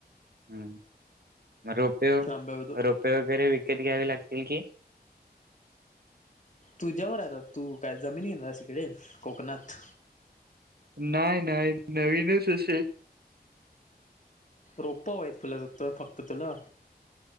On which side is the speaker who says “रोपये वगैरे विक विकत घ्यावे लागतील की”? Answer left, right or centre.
Right